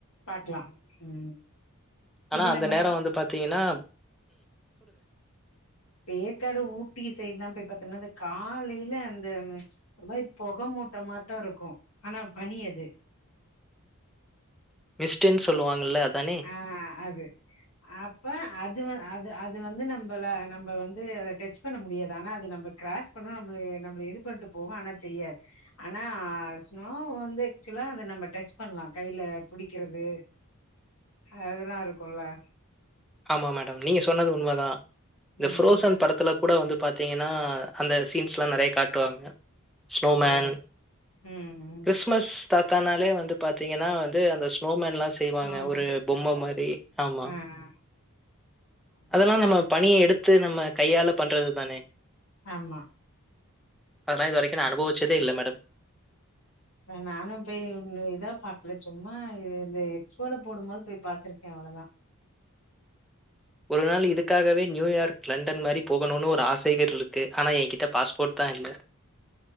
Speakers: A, on the left; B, in the centre.
A: பாக்கலா ம்
B: ஆனா
A: இது
B: அந்த
A: நம்ம
B: நேர வந்து பாத்தீங்கன்னா
A: ஏற்காடு ஊட்டி சைடு எல்லா போய் பாத்தம்னா காலைல அந்த ப்ச் ஒரு மாரி பொகை மூட்ட மாட்டொ இருக்கு ஆனா பனி அது
B: மிஸ்ட்ன்னு சொல்லுவாங்கல்ல அதானே?
A: ஆ அது அப்ப அது வ அது அது வந்து நம்பள நம்ம வந்து அதை டச் பண்ண முடியாது ஆனா அது நம்ம கிராஸ் பண்ணு நம்ளய நம்ளய இது பண்ட்டு போகு ஆனா தெரியாது ஆனா ஸ்னோ வந்து ஆக்சுவலா அத நம்ம டச் பண்லா கைல புடிக்கிறது அதெல்லா இருக்குல்ல
B: ஆமா மேடம் நீங்க சொன்னது உண்ம தா இந்த
A: ம்
B: ஃப்ரோஸன் படத்துல கூட வந்து பா பாத்தீங்கன்னா அந்த சீன்ஸ் எல்லா நறைய காட்டுவாங்க ஸ்னோமேன்
A: ஓ ம் ம்
B: கிறிஸ்மஸ் தாத்தானாலே வந்து பாத்தீங்கன்னா வந்து அந்த ஸ்னோமேன்ல்லா செய்வாங்க
A: ஸ்னோமேன்
B: ஒரு பொம்ம
A: அது அது
B: மாரி ஆமா
A: ஆ ஆ ஆமா.
B: அதெல்லா நம்ம பனிய எடுத்து நம்ம கையால பண்றது தானே
A: ஆமா
B: அதெல்லா இது வரைக்கு நா அனுபவிச்சதே இல்ல மேடம்
A: நானும் போய் இன்னு இதா பாக்ல சும்மா இது இந்த எக்ஸ்போல போடும்போது போய் பாத்துருக்கே அவ்ளதா
B: ஒரு நாள் இதுக்காகவே நியூயார்க் லண்டன் மாரி போகணுன்னு ஒரு ஆசைகள் இருக்கு ஆனா எங்கிட்ட பாஸ்போட் தா இல்ல